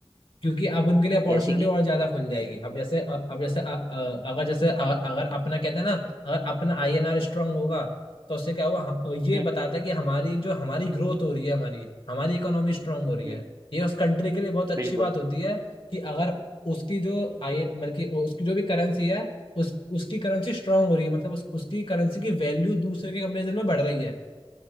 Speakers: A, on the left; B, on the right.
A: क्योंकि अब उनके लिए अपॉर्चुनिटी
B: जैसे कि
A: और ज्यादा खुल जाएगी अब जैसे अ- अब जैसे अ- अ- अगर जैसे अ- अगर अपना कहते हैं ना अगर अपना आईएनआर स्ट्रांग होगा तो उससे क्या होगा हम- ये
B: हम्म
A: बताता है कि हमारी जो हमारी ग्रोथ हो रही है हमारी हमारी इकोनॉमी स्ट्रांग हो रही
B: हम्म
A: है ये उस कंट्री के लिए बहुत अच्छी
B: बिल्कुल
A: बात होती है कि अगर उसकी जो आई मतलब कि उसकी जो भी करेंसी है उस उसकी करेंसी स्ट्रांग हो रही है मतलब उस, उसकी करेंसी की वैल्यू दूसरे के कंपेरिजन में बढ़ रही है